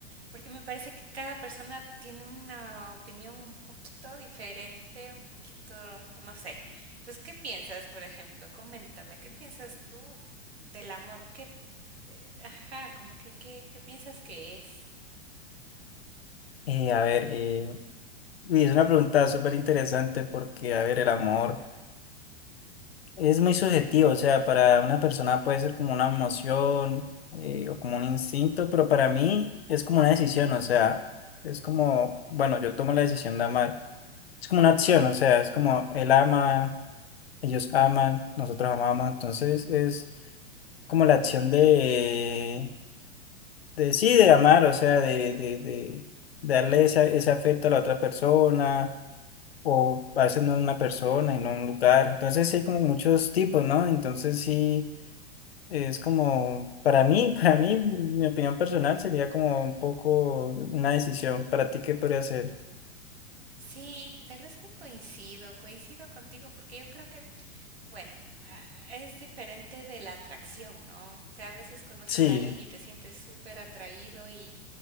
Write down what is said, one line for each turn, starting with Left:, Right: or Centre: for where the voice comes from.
Right: Porque me parece que cada persona tiene una opinión un poquito diferente, un poquito, no sé. Entonces, ¿qué piensas, por ejemplo? Coméntame, ¿qué piensas tú? del amor, ¿qué Eh, ajá, como que, ¿qué, qué piensas que es?
Left: Eh, a ver, eh, uy, es una pregunta súper interesante porque, a ver, el amor es muy subjetivo, o sea, para una persona puede ser como una emoción eh, o como un instinto, pero para mí es como una decisión, o sea, es como, bueno, yo tomo la decisión de amar, es como una acción, o sea, es como él ama, ellos aman, nosotros amamos, entonces es como la acción de de sí, de amar, o sea, de, de, de darle esa- ese afecto a la otra persona, o a veces no a una persona y no a un lugar. Entonces sí hay como muchos tipos, ¿no? Entonces sí es como, para mí, <laughs> para mí, mi opinión personal sería como un poco una decisión. ¿Para ti qué podría ser?
Right: Sí, tal vez que coincido, coincido contigo, porque yo creo que, bueno, ah, es diferente de la atracción, ¿no? O sea, a veces conoces
Left: Sí,
Right: a alguien y te sientes súper atraído y